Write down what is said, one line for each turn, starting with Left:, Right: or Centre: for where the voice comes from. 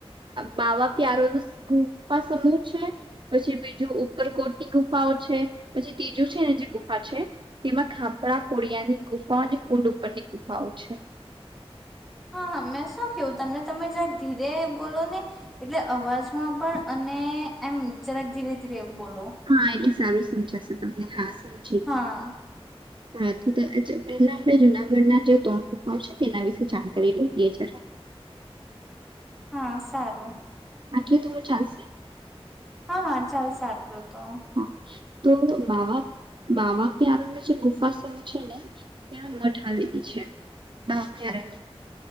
Right: બાવા પ્યારો ન ગુફા સમૂહ છે પછી બીજું ઉપરકોટની ગુફાઓ છે પછી ત્રીજું છે ને જે ગુફા છે તેમાં ખાપરા કોળિયાની ગુફા અને કુંડ ઉપરની ગુફાઓ છે
Centre: હા હા મેં શું કેવું તમને તમે જક ધીરે બોલો ને એટલે અવાજમાં પણ અને એમ જરાક ધીરે ધીરે બોલો
Right: હા એટલી સારું સમજ જ છેમ <inaudible> હા સામજી
Centre: હા
Right: હા તું પહેલા આપણે જુનાગઢના જે ત્રણ ગુફઓ છે તેના વિશે જાણકારી લઈ લઈ જરા
Centre: હા સારું
Right: આખી તુવેર ચાલશે
Centre: હા હા ચાલ સા આટલું હત તો
Right: હા તો બાવા બાવા પ્યારાની જે ગુફા સમૂહ છે ને ત્યાં મઠ આવે છે બાવા પ્યારાની